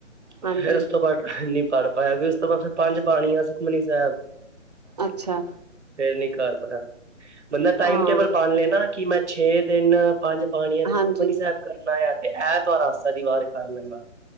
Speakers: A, on the right; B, on the right.
A: ਫੇਰ
B: ਹਾਂਜੀ।
A: ਉਸ ਤੋਂ ਬਾਦ ਨੀ ਪੜ ਪਾਇਆ ਵੀ ਉਸ ਤੋਂ ਬਾਅਦ ਫਿਰ ਪੰਜ ਬਾਣੀਆ ਸੁਖਮਨੀ ਸਾਹਿਬ।
B: ਅੱਛਾ।
A: ਫੇਰ ਨੀ ਕਰ ਪਾਯਾ, ਬੰਦਾ ਟਾਈਮ
B: ਹਾਂ,
A: ਟੇਬਲ ਬਣ ਲੈਣਾ ਕਿ ਮੈਂ ਛੇ ਦਿਨ ਪੰਜ ਪਾਣੀਆਂ ਤੇ ਸੁਖਮਨੀ
B: ਹਾਂਜੀ,
A: ਸਾਹਿਬ ਕਰਨਾ ਆ ਤੇ ਐਤਵਾਰ ਆਸਾ ਦੀ ਵਾਰ ਕਰ ਲੈਣਾ।